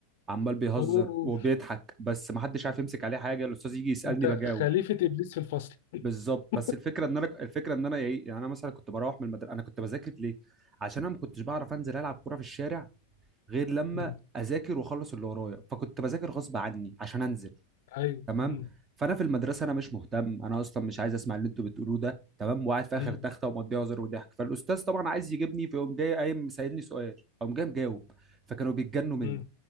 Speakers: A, on the right; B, on the left.
A: عمال بيهزر
B: اوه
A: وبيضحك بس ما حدش عارف يمسك عليه حاجه الاستاذ يجي يسالني
B: انت
A: بجاوب
B: خليفه ابليس في الفصل <laughs>
A: بالظبط بس الفكره ان انا الفكره ان انا ايه يعني انا مثلا كنت بروح من المدرسه انا كنت بذاكر ليه عشان انا ما كنتش بعرف انزل العب كوره في الشارع غير لما
B: مم.
A: اذاكر واخلص اللي ورايا فكنت بذاكر غصب عني عشان انزل
B: ايوه
A: تمام
B: مم.
A: فانا في المدرسه انا مش مهتم انا اصلا مش عايز اسمع اللي انتوا بتقولوه ده تمام وقاعد في اخر
B: مم.
A: تخته ومقضيها هزار وضحك فالاستاذ طبعا عايز يجيبني فيقوم جاي قايم سائلني سؤال اقوم جاي مجاوب فكانوا بيتجنوا مني
B: مم.